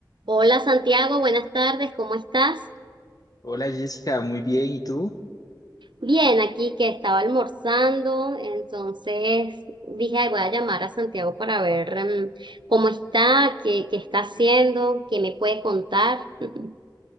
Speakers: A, on the right (about 80°); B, on the left (about 50°).
A: Hola Santiago, buenas tardes, ¿cómo estás?
B: Hola Jessica, muy bien. ¿Y tú?
A: Bien, aquí que estaba almorzando, entonces dije, "Ay, voy a llamar a Santiago para ver mm, cómo está, qué, qué está haciendo, qué me puede contar. <laughs>